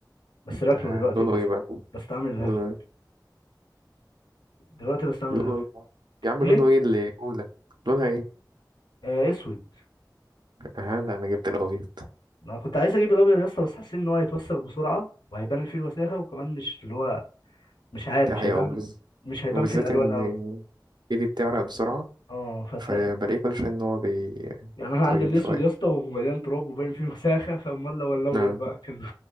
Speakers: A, on the left; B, on the right.
A: بس راكنه
B: ده
A: دلوقتي
B: لونه
A: وبس
B: ايه بقى
A: بستعمل الهافت
B: لونه ايه
A: دلوقتي بستعمل
B: لونه
A: الهافت
B: ايه يا عم
A: ايه
B: لونه ايه اللي اولى لونها ايه
A: آه اسود
B: ها لا انا جبت الابيض
A: انا كنت عايز اجيب الابيض يا اسطى بس حسيت ان هو هيتوسخ بسرعه وهيبان فيه الوساخه وكمان مش اللي هو مش عارف
B: دي
A: مش
B: حقيقة
A: هيبان
B: وبز...
A: مش هيبان
B: وبالذات
A: فيه الالوان
B: ان
A: قوي
B: ايدي بتعرق بسرعة
A: اه فتلاقي
B: فبلاقيه كل شوية ان هو بيطين
A: يعني انا عندي الاسود
B: شوية
A: يا اسطى ومليان تراب وباين فيه وساخه فامال لو الابيض
B: آه.
A: بقى كده